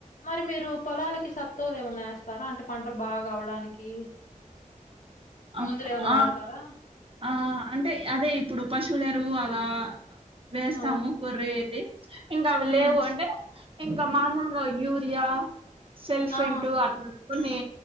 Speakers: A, on the left (about 70°); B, on the right (about 40°).
A: మరి మీరు మీరు పొలాలకి సత్తవులు ఏమైన్నా వేస్తారా అంటే పంటలు బాగా ఆవడానికి
B: అప్
A: ముందులు ఎవనా
B: ఆ
A: వాడతారా
B: ఆ అంటే అదే ఇప్పుడు పశువుల ఎరువు అలా వేస్తాము
A: ఆ!
B: గోరేది ఇంకా అవి
A: హ్మ్.
B: లేవు అంటే ఇంకా మామూలుగా యూరియా సెల్ఫ్
A: ఆ!
B: ఏంటూ అట్లా కొని